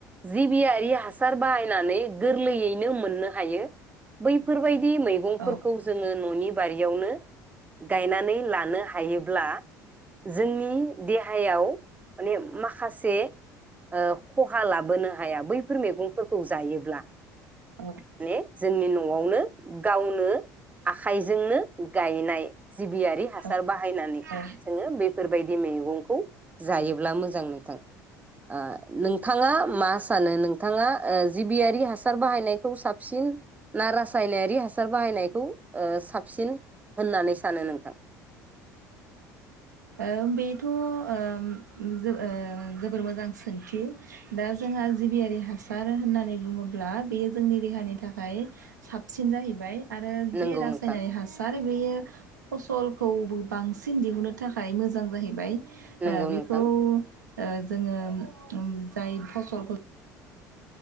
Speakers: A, on the right; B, on the right.
A: जिबियारिया हास सार बाहायनानै गोरलैयैनो मोननो हायो बैफोरबायदि मैगंफोरखौ
B: औ
A: जोङो ननि बारियावनो गायनानै लानो हायोब्ला जोंनि देहायाव माने माखासे ओ खहा लाबोनो हाया बैफोर मैगं खौ जायोब्ला
B: औ
A: माने जोंनि नआवनो गावनो आखाइजोंनो गायनाय जिबियारि हासार
B: औ
A: बाहायनानै
B: औ
A: जो‌ङो बेफोरबायदि मैगंखौ जायोब्ला मोजां नोंथां ओ नोंथाङा मा सानो नोंथाङा ओ जिबियारि हासार बाहायनायखौ साबसिन ना रासायनारि हासार बाहायनायखौ ओ साबसिन होननानै सानो नोंथां।
B: ओ बैथ ओम जो ओ जोबोर मोजां सोंथि दा जोंहा जिबियारि हासार होननानै बुङोब्ला बेयो जोंनि देहानि थाखाय साबसिन जाहैबाय। आरो
A: नंगौ
B: जे रासायनारि
A: नोंथां
B: हासार बेयो फसलखौबो बांसिन दिहुनो थाखाय मोजां जाहैबाय। ओ
A: नंगौ
B: बेखौ
A: नोंथां
B: ओ जोङो ओम जाय फसलफोर